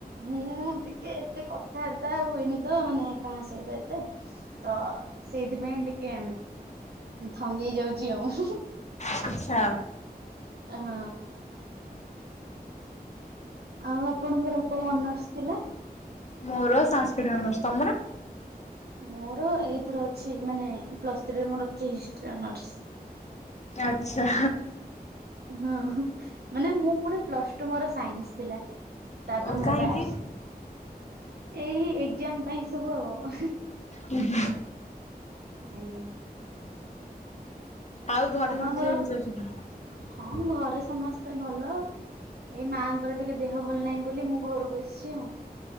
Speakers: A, on the right; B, on the left.
A: ମୁଁ ଟିକେ ଏତେ କଥାବାର୍ତ୍ତା ହୁଏନି ତ ମାନେ କାହା ସହିତ ଏତେ ତ ସେଇଥିପାଇଁ ଟିକେ ଥନ୍ଦି ଯାଉଛି ଆଉ।
B: ଆଚ୍ଛା।
A: ହଁ। ଆଉ ଆପଣଙ୍କର କୋଉ ଅନର୍ସ ଥିଲା?
B: ମୋର ସାଂସ୍କୃତିକ ଅନର୍ଶ ତମର?
A: ମୋର ଏଥି ଅଛି ମାନେ ପ୍ଲସ ଥ୍ରି ହିଷ୍ଟରୀ ଅନର୍ସ।
B: ଆଚ୍ଛା।
A: ହୁଁ ମାନେ ମୁଁ ପୁଣି ପ୍ଲସ୍ ଟୁ ମୋର ସାଇନ୍ସ ଥିଲା। ତାପରେ
B: ଓ
A: ମୁଁ
B: କାହିଁକି?
A: ଏବେ ଆସିଲି ଏଇ ଏକଜାମ ପାଇଁ ସବୁ।
B: ହୁଁ ହୁଁ।
A: ଆଜ୍ଞା।
B: ଆଉ ଘରେ
A: ଆପଣଙ୍କର
B: ସମସ୍ତେ କେମିତି ଅଛନ୍ତି?
A: ହଁ ଘରେ ସମସ୍ତେ ଭଲ। ଏଇ ମାଆଙ୍କର ଟିକେ ଦେହ ଭଲ ନାହିଁ ବୋଲି ମୁଁ ଘରକୁ ଆସିଛି ଆଉ।